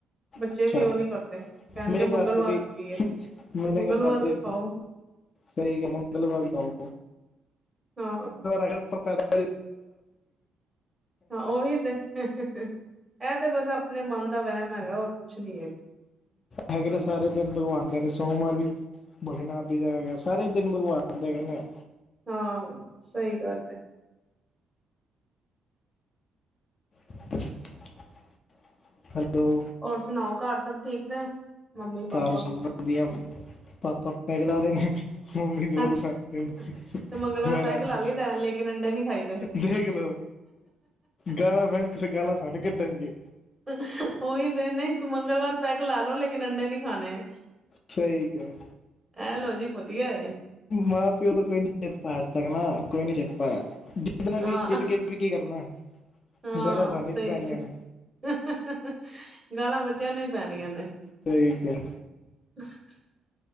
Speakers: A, on the right; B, on the left.
A: ਬੱਚੇ
B: ਅੱਛਾ
A: ਵੀ ਉਹ ਨੀ ਕਰਦੇ, ਕਹਿਣਗੇ
B: ਮੇਰੇ ਘਰ
A: ਮੰਗਲਵਾਰ
B: ਵੀ
A: ਨੂੰ ਕੀ ਹੈ,
B: ਮੇਰੇ
A: ਮੰਗਲਵਾਰ
B: ਘਰ ਤੇ
A: ਵੀ ਖਾਓ।
B: ਸਹੀ ਕੰਮ ਆ, ਮੰਗਲਵਾਰ ਖਾਓ,
A: ਹਾਂ
B: ਅਗਰ ਆਪਾਂ ਪੈ <unintelligible>
A: ਹਾਂ ਉਹੀ ਤੇ, ਇਹ ਤੇ ਬਸ ਆਪਣੇ ਮਨ ਦਾ ਵਹਿਮ ਹੈਗਾ ਹੋਰ ਕੁੱਛ ਨੀ ਹੈਗਾ।
B: ਹੈਗੇ ਨੇ ਸਾਰੇ ਦਿਨ ਭਗਵਾਨ ਦੇ ਨੇ ਸੋਮਵਾਰ ਵੀ ਭੋਲੇਨਾਥ ਦੀ ਜਾ ਸਾਰੇ ਦਿਨ ਭਗਵਾਨ ਦੇ ਨੇ।
A: ਹਾਂ, ਸਹੀ ਗੱਲ ਏ।
B: <inaudible> ਹੈਲੋ
A: ਹੋਰ ਸੁਣਾਓ? ਘਰ ਸਭ ਠੀਕ ਨੇ। ਮੰਮੀ ਪਾਪਾ
B: ਘਰ ਸਭ ਵਧੀਆ, ਪਾਪਾ ਪੈੱਗ ਲਾ ਰਹੇ ਨੇ। <unintelligible>
A: ਅੱਛ
B: ਦੇ
A: ਤੇ ਮੰਗਲਵਾਰ
B: ਮੈਂਰ
A: ਪੈਗ
B: ਹਾਂ
A: ਲਾ ਲਈ ਦਾ ਲੇਕਿਨ ਅੰਡੇ ਨੀ ਖਾਈ ਦੇ
B: ਦੇਖ। ਗਾਲਾਂ <unintelligible> ਕਿਸੇ ਗਾਲਾ ਸਾਨ ਕੱਢਣਗੇ
A: <unintelligible> ਮੰਗਲਵਾਰ ਪੈਗ ਲਾ ਲੋ ਲੇਕਿਨ ਅੰਡੇ ਨੀ ਖਾਣੇ
B: ਸਹੀ ਕਿਹਾ
A: ਐ ਲੋ ਜੀ ਵਧੀਆ ਏ
B: ਮਾਂ-ਪਿਓ ਦਾ ਕੋਈ ਨੀ ਚੇਤਾ ਹੱਜ ਤੱਕ ਨਾ ਕੋਈ ਨੀ ਚੇਤ ਪ ਜਿਦ
A: ਹਾਂ
B: ਵੀ ਜਿੱਤ ਕੇ ਵੀ ਕੀ ਕਰਨਾ
A: ਹਾਂ
B: <unintelligible>
A: ਸਹੀ
B: ਪੈਣੀਆਂ ਨੇ
A: <unintelligible> ਗਾਲਾਂ ਬੱਚਿਆਂ ਨੂੰ ਹੀ ਪੈਣੀਆਂ ਨੇ
B: ਸਹੀ ਕਿਹਾ
A: <inaudible>